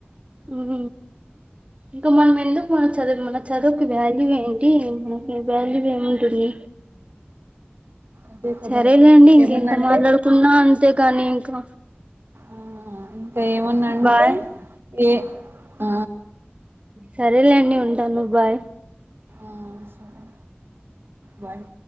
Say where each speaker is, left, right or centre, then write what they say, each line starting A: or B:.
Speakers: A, on the right; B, on the right.
A: ఉమ్ ఇంక మనం ఎందుకు మన చదువు మన చదువుకి వాల్యూ ఏన్ కి మనకి వాల్యూ ఏం ఉంటుంది
B: అదే కదా
A: సరేలేండి ఇంకెంత
B: ఏమన్నంటే
A: మాట్లాడుకున్నా అన్ అంతే కాని ఇంకా
B: ఆ ఇంకా ఏమన్నాంటే
A: బాయ్
B: ఏ ఆ
A: సరేలేండి ఉంటాను బాయ్
B: ఆ సరే వన్